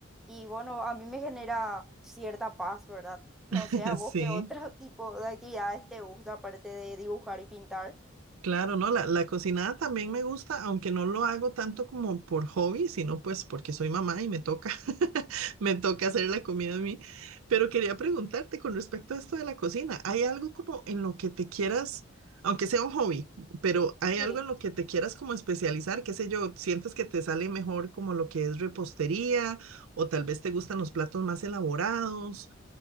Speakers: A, in the centre; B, on the right (about 85°).
A: Y bueno, a mí me genera cierta paz, ¿verdad? No
B: <laughs>
A: sé, a vos
B: sí.
A: qué otro <laughs> tipo de actividades te gusta aparte de dibujar y pintar.
B: Claro, no, la, la cocinada también me gusta, aunque no lo hago tanto como por hobby, sino pues porque soy mamá y me toca, <laughs> me toca hacer la comida a mí. Pero quería preguntarte con respecto a esto de la cocina, ¿hay algo como en lo que te quieras, aunque sea un hobby, pero hay
A: Sí,
B: algo en lo que te quieras como especializar? ¿Qué sé yo? ¿Sientes que te sale mejor como lo que es repostería o tal vez te gustan los platos más elaborados?